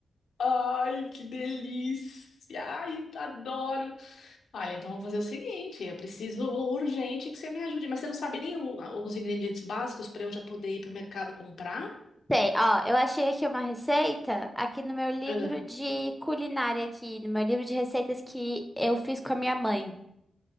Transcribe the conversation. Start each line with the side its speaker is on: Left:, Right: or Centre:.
Left: Ai, que delícia! Ai, adoro! Olha, então vamos fazer o seguinte: eu preciso urgente que você me ajude, mas você não sabe nem o- os ingredientes básicos para eu já poder ir para o mercado comprar?
Centre: Sei, ó, eu achei aqui uma receita aqui no meu livro
Left: Ah,
Centre: de culinária aqui, no meu livro de receitas que eu fiz com a minha mãe.